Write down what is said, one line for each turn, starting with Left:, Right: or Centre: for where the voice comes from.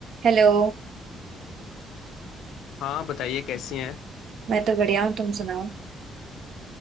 Right: Hello
Left: हाँ बताइए कैसी हैं
Right: मैं तो बढ़िया हूँ तुम सुनाओ